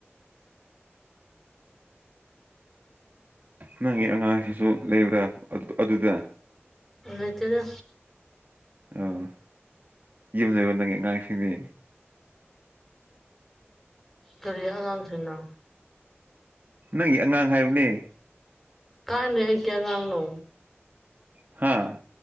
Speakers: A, on the right; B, in the centre.
A: ꯅꯪꯒꯤ ꯑꯉꯥꯡꯁꯤꯁꯨ ꯂꯩꯕ꯭ꯔꯥ ꯑꯗꯨ ꯑꯗꯨꯗ
B: ꯂꯩꯇꯦꯗ
A: ꯑꯥ ꯌꯨꯝ ꯂꯩꯕꯔꯣ ꯅꯪꯒꯤ ꯑꯉꯥꯡꯁꯤꯡꯗꯤ
B: ꯀꯔꯤ ꯑꯉꯥꯡꯁꯤꯡꯅꯣ
A: ꯅꯪꯒꯤ ꯑꯉꯥꯡ ꯍꯥꯏꯕꯅꯦ
B: ꯀꯥꯢ ꯂꯩ ꯑꯩꯒꯤ ꯑꯉꯥꯡꯅꯣ
A: ꯍꯥꯥ